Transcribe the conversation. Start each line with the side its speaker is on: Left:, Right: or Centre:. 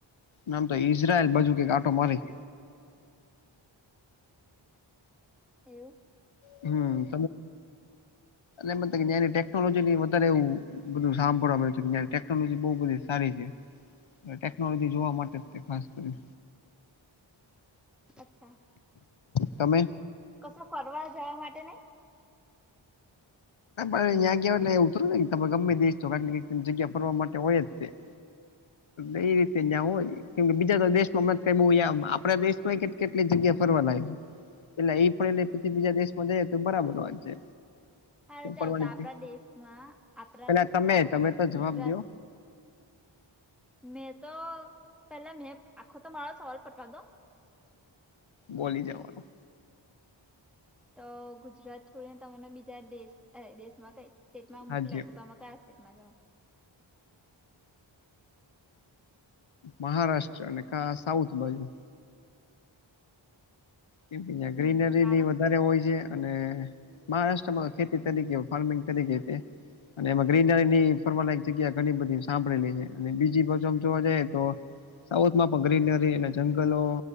Left: નામ તો ઈઝરાયલ બાજુ કક આંટો મારી.
Centre: એવું.
Left: હમ.
Centre: <inaudible>
Left: એમ કે, જૂની ટેકનોલોજી ની વધારે એવું બધું સાંભળવા મળ્યું છે કે, જ ટેકનોલોજી બહુ બધી સારી છે ટેકનોલોજી જોવા માટે, તે ખાસ કરી.
Centre: અચ્છા.
Left: તમે.
Centre: કશે ફરવા જવા માટે નહીં.
Left: અહીં ગયા, એ ઉતર તમે ગમે દેશ, તો જગ્યા ફરવા માટે હોય જ તે.
Centre: <inaudible>
Left: એ રીતે જ્યાં હોય, કેમ બીજા દેશમાં હમણાં કઈ બહુ આપણા દેશ માં કે કેટલી જગ્યા ફરવા લાગે છે, એટલે એ ફરી લે પછી બીજા દેશમાં જઈ તો બરાબર વાત છે.
Centre: સારું, ચાલો,
Left: ફરવાની
Centre: તો આપણા
Left: જ
Centre: દેશમાં, આપણા
Left: પેલા
Centre: દેશમાં
Left: તમે તમે તો જવાબ
Centre: ગુજરાત
Left: દો
Centre: મેં તો પહેલા, મેં આખો તો મારાા સવાલ પટવી દો.
Left: બોલી જવાનું.
Centre: તો ગુજરાત છોડીને, તમને બીજા દેશ દેશમાં કઈ સ્ટેટમાં
Left: રાજ્ય
Centre: મોકલે, તો તમે કઈ મજામાં છે.
Left: મહારાષ્ટ્ર અને કા સાઉથ બાજુ. જેમાં
Centre: હમ
Left: ગ્રીનરી
Centre: કારણ
Left: ની વધારે હોય છે, અને મહારાષ્ટ્રમાં, ખેતી તરીકે, ફાર્મિંગ તરીકે, તે અને એમાં ગ્રીનરીની, ફરવા લાયક જગ્યા ઘણી બધી સાંભળેલી છે, અને બીજી બાજુ આમ જોવા જાય તો સાઉથમાં પણ ગ્રીનરી અને જંગલો